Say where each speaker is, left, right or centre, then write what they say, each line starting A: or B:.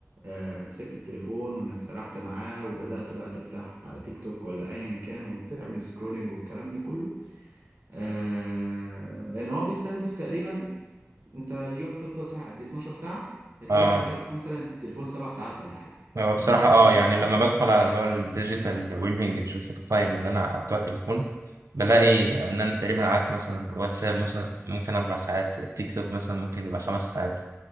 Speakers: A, on the right; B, on the right.
A: آه، مسكت التليفون وإنك سرحت معاه وبدأت بقى تفتح تيك توك ولا أيا كان وتعمل سكرولينج والكلام ده كله آه، إن هو بيستنزف تقريبا انت اليوم تفضل صاحي قد إيه؟ 12 ساعة هتلاقي
B: اه
A: استهلاكك مثلا التليفون سبع ساعات ولا حاجة
B: هو بصراحة
A: طب ماشي
B: اه
A: سبع
B: يعني
A: ساعات
B: لما بدخل على اللي هو الديجيتال ويبنج بشوف التايم اللي انا بتوع التليفون بلاقي ان انا تقريبا قعدت مثلا واتساب مثلا ممكن اربع ساعات تيك توك مثلا ممكن يبقى خمس ساعات